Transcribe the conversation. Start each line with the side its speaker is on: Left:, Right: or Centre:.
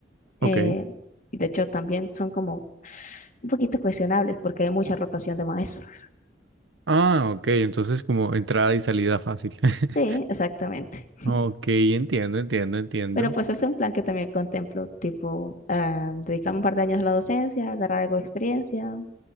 Left: eh,
Right: Ok.
Left: y de hecho también son como un poquito cuestionables porque hay mucha rotación de maestros.
Right: ah, ok. Entonces como entrada y salida fácil. <laughs>
Left: Sí, exactamente.
Right: Ok, entiendo, entiendo, entiendo.
Left: Pero pues es un plan que también contemplo, tipo, ah, dedicarme un par de años a la docencia, agarrar algo de experiencia,